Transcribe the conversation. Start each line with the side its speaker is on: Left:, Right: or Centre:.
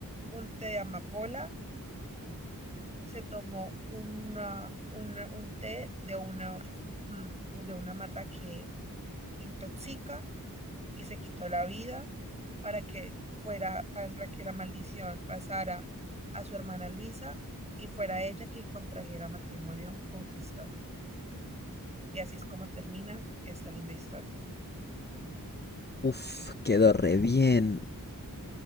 Right: un té de amapola, se tomó una, una, un té de una, mm, de una mata que intoxica y se quitó la vida para que fuera, para que la maldición pasara a su hermana Luisa y fuera ella quien contrajera matrimonio con Christoph. Y así es como termina esta linda historia.
Left: Uf, quedó re bien.